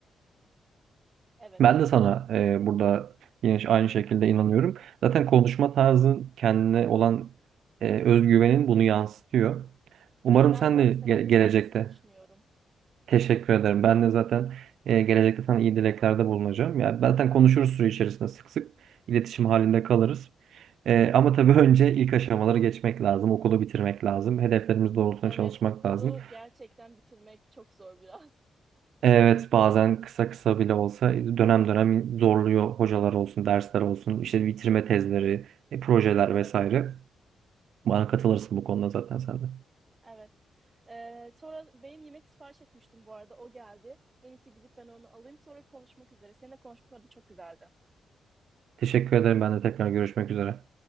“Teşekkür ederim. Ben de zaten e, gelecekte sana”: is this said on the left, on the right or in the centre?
Right